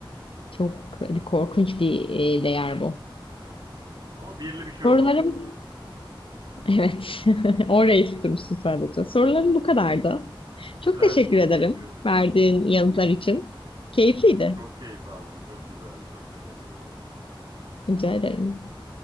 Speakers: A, on the left; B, on the right.
A: Çok korkunç bir e, değer bu.
B: Evet evet. Ama birli bir şey olduğunu
A: Sorularım
B: anladım.
A: Evet. <laughs> Orayı tutturmuşsun sadece.
B: <laughs>
A: Sorularım bu kadardı.
B: Güzeldi.
A: Çok teşekkür
B: Teşekkür
A: ederim
B: ederim.
A: verdiğin yanıtlar için. Keyifliydi.
B: Çok keyif aldım. Çok güzeldi. Çok teşekkür ederim.
A: Rica ederim.